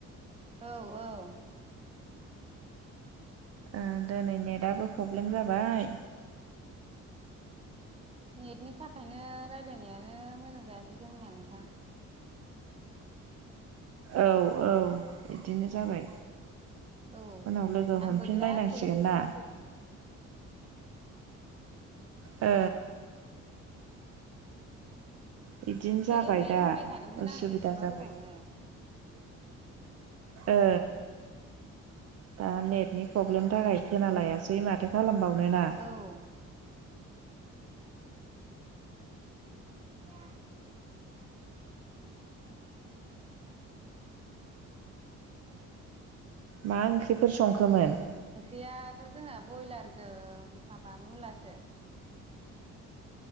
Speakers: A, on the right; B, on the right.
A: औ औ
B: ओ दिनै नेटआबो प्रब्लेम जाबाय
A: नेटनि थाखायनो रायलायनायानो मोजां जायासै जोंनिया नोंथां
B: औ औ बिदिनो जाबाय
A: औ
B: उनाव लोगो हमफिनलायनांसिगोन
A: आंबो बिराद हेलौ हेल
B: ना
A: हो
B: ओ बिदिनो जाबाय
A: हेलौ हेलौ
B: दा
A: होनबाय थादोंमोन
B: उसुबिदा
A: आं बेसेबा
B: जाबाय
A: गोबावनो
B: ओ दा नेटनि प्रब्लेम थाखाय खोनालायासै माथो खालामबावनो ना
A: औ <inaudible>
B: मा ओंख्रिफोर संखोमोन
A: ओंख्रियाथ' जोंना ब्रयलारजों माबा मुलासो